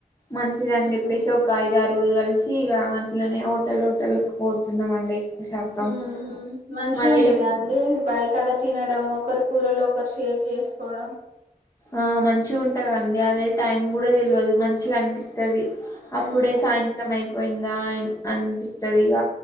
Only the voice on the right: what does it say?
మంచి
ఉమ్మ్ ఉమ్మ్ మంచిగా
ఉంటది కదండీ బావికాడ తినడం ఒకరు కూరలో ఒకరు షేర్ చేసుకోవడం
మ్మ్